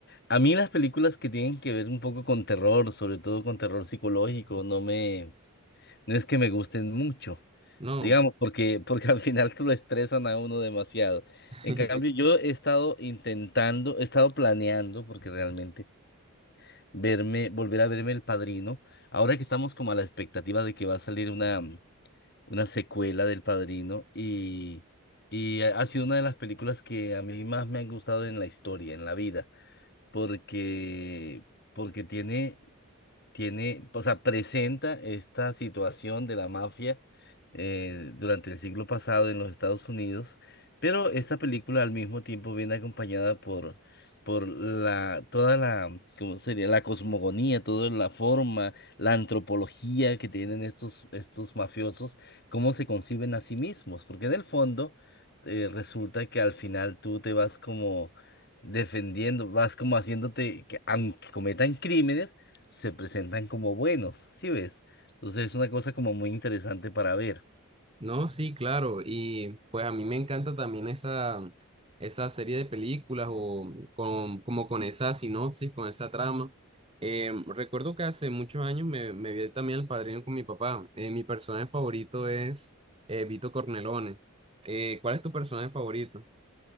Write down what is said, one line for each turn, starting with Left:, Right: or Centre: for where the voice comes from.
Left: a mí las películas que tienen que ver un poco con terror, sobre todo con terror psicológico, no me, No es que me gusten mucho,
Right: No,
Left: digamos, porque, porque al final <laughs> se lo estresan a uno demasiado.
Right: <laughs>
Left: En cambio, yo he estado intentando, he estado planeando, porque realmente verme, volver a verme El Padrino, ahora que estamos como a la expectativa de que va a salir una, una secuela del Padrino, y, y ha ha sido una de las películas que a mí más me han gustado en la historia, en la vida, porque, porque tiene tiene, o sea, presenta esta situación de la mafia eh, durante el siglo pasado en los Estados Unidos, pero esta película al mismo tiempo viene acompañada por, por la, toda la, ¿cómo sería? La cosmogonía, toda la forma, la antropología que tienen estos, estos mafiosos, cómo se conciben a sí mismos, porque en el fondo eh, resulta que al final tú te vas como... defendiendo, vas como haciéndote que aunque cometan crímenes, se presentan como buenos, ¿sí ves? Entonces es una cosa como muy interesante para ver.
Right: no, sí, claro. Y pues a mí me encanta también esa, esa serie de películas o con, como con esa sinopsis, con esa trama. Eh, recuerdo que hace muchos años me, me vi también El Padrino con mi papá. Eh, mi personaje favorito es eh, Vito Cornelone. Eh, ¿cuál es tu personaje favorito?